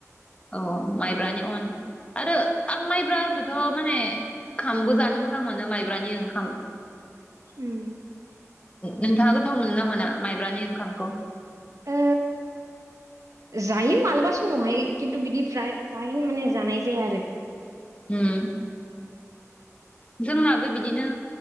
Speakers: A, on the left; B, on the right.
A: औ माइब्रानि अन आरो आं माइब्राखौथ' माने ओंखामबो जानो मोजां मोनो माइब्रानि ओंखाम
B: ओम
A: नोंथाङा गोथाव मोनो ना मोना माइब्रानि ओंखामखौ
B: ओ जायो मालाबा समावहाय खिनथु बिदि फ्राय फ्रायनो माने जानाय जाया आरो
A: होम जोंनाबो बिदिनो